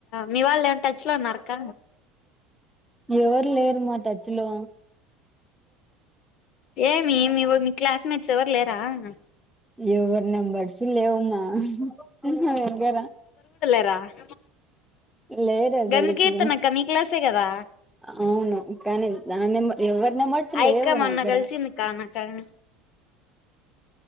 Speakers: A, on the left (about 45°); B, in the centre.
A: మీ వాళ్ళు ఏ టచ్ లో ఉన్నారుక్క
B: ఎవర్ లే ఏర్ మాత చలో
A: ఏమి మీ క్లాస్మేట్స్ ఎవర్ లేర్ రాంగ్
B: ఏవర్ నంబర్స్ లేవమ్మా నా దగ్గర
A: ద
B: లేదు అసలికి
A: గంగకీర్తన అక్క మీ క్లాసే కదా
B: అవును కానీ దాన్ని ఎవరి నెంబర్స్
A: ఆ
B: లేవు
A: అక్క మొన్న
B: నా దగ్గర
A: కలిసింది కా నాకాడ